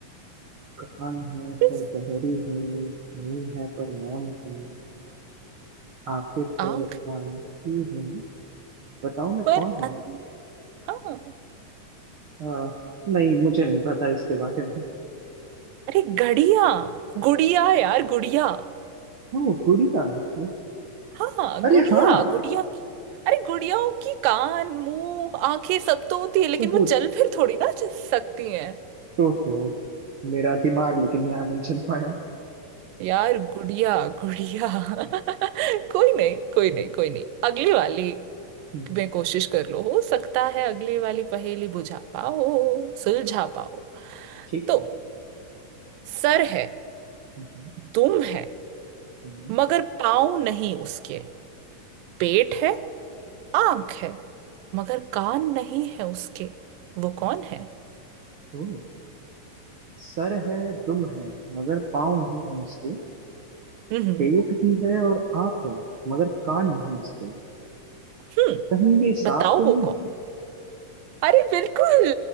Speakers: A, on the right; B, on the right.
A: कान है
B: किस
A: पर बहरी हूँ मुंह है पर मौन हूँ आंखें पर
B: आंख
A: आंखी हूँ बताओ मैं
B: पर
A: कौन हूँ
B: अन... हाँ
A: आ, नहीं मुझे नहीं पता इसके बारे में
B: अरे घड़िया गुड़िया यार गुड़िया
A: ओ गुड़िया उस-
B: हाँ
A: अरे
B: गुड़िया
A: हाँ
B: गुड़िया की- अरे गुड़ियाओं की कान मुंह आंखें सब तो होती है लेकिन
A: सबूत
B: वो चल फिर थोड़ी ना च- सकती हैं
A: तो हो मेरा दिमाग लेकिन यहाँ नहीं चल पाया
B: यार गुड़िया गुड़िया <laughs> कोई नहीं कोई नहीं कोई नहीं अगली वाली
A: हम्म,
B: में कोशिश कर लो हो सकता है अगली वाली पहेली बुझा पाओ सुलझा पाओ
A: ठीक
B: तो
A: है
B: सर है
A: हम्म,
B: दुम है
A: हम्म,
B: मगर पाँव नहीं उसके पेट है आंख है मगर कान नहीं है उसके वो कौन है
A: ओ सर है दुम है मगर पाँव नहीं है उसके
B: हम्म
A: पेट भी है और आँख है मगर कान नहीं उसके
B: हम्म
A: कहीं ये सांप
B: बताओ
A: तो नहीं
B: वो कौन है अरे बिल्कुल